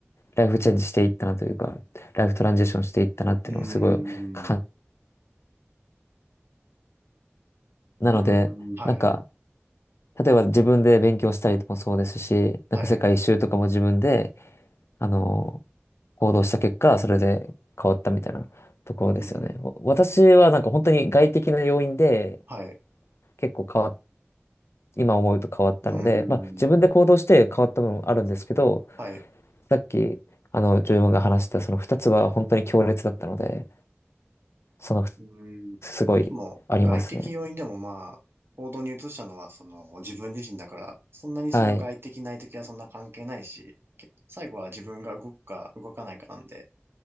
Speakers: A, on the left; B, on the right.
A: ライフチェンジしていったなというか、ライフトランジションしていったなっていうのをすごい感、
B: ーん、う
A: なので、
B: ーん、はい。
A: なんか、例えば自分で勉強したりともそうですし、なんか世界一周とかも自分で、
B: はい。
A: あの、行動した結果、それで変わったみたいなところですよね。
B: うん、
A: わ私はなんか本当に外的な要因で
B: はい。
A: 結構変わっ、今思うと変わったので、
B: うー
A: まあ自分で行動して変わった部分もあるんですけど、
B: ん、はい。
A: さっき、あの、ジョイマンが話したその二つは本当に強烈だったので、その、
B: うん。
A: すごいありますね。
B: まあでも、外的要因でもまあ、行動に移したのはその自分自身だから、そんなにその外的内的はそんな関係ないし、
A: はい。
B: け最後は自分が動くか動かないかなんで、